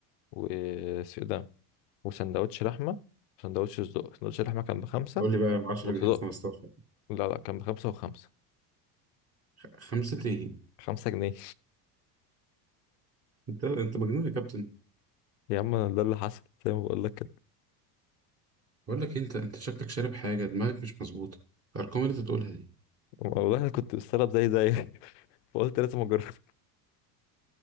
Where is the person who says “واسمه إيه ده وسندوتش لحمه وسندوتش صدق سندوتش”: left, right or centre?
Left